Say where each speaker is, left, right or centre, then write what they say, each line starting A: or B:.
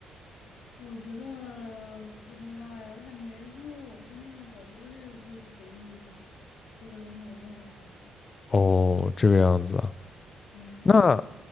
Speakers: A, on the left; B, on the left.
A: 我觉得不知道哎，我感觉因为我身边的狗都是就是绝育的，这个东西我不太了解。
B: 哦，这个样子啊。
A: 嗯嗯，
B: 那
A: 对。